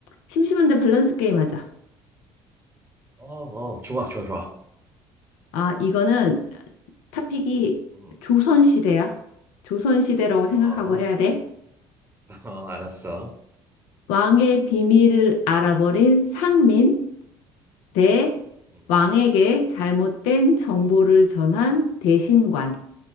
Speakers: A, on the left (about 70°); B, on the right (about 20°).
A: 심심한데 밸런스 게임 하자.
B: 어, 어, 좋아, 좋아, 좋아.
A: 아, 이거는 탑픽이
B: 음,
A: 조선시대야. 조선시대라고 생각하고
B: 어,
A: 해야 돼.
B: <laughs> 어, 알았어.
A: 왕의 비밀을 알아버린 상민 대
B: 음,
A: 왕에게 잘못된 정보를 전한 대신관.